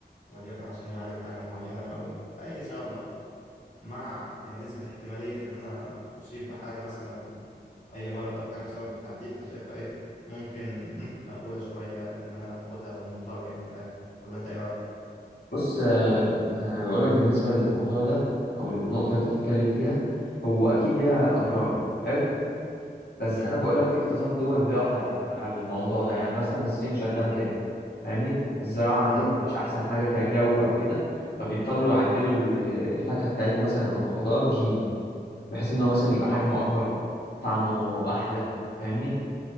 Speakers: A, on the left (about 45°); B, on the left (about 70°).
A: وليكن عشان يعالج حاجه معينه او لاي سبب بقى مع نسبه احتماليه ان انا اصيب بحاجه مثلا اي مرض او حاجه بسبب التعديل فشايفها ايه ممكن <laughs> هم، مقبوله شويه ان انا اخدها لو مضطر يعني من الاخر ولا انت ايه رايك
B: بص آه، انا بقول لك بالنسبه للموضوع ده او النقطه اللي انت بتتكلم فيها هو اكيد ليها اضرار حلو بس
A: م-
B: انا بقول
A: م-
B: لك في اقتصاد دول بيقف على الح- على الموضوع ده يعني مثلا الصين شغاله كده فاهمني الزراعه عندهم
A: م-
B: مش احسن حاجه كجو او كده فبيضطروا يعدلوا ال- الفاكهه بتاعتهم مثلا او الخضار جين بحيث ان هو مثلا يبقى حجمه اكبر طعمه احلى فاهمني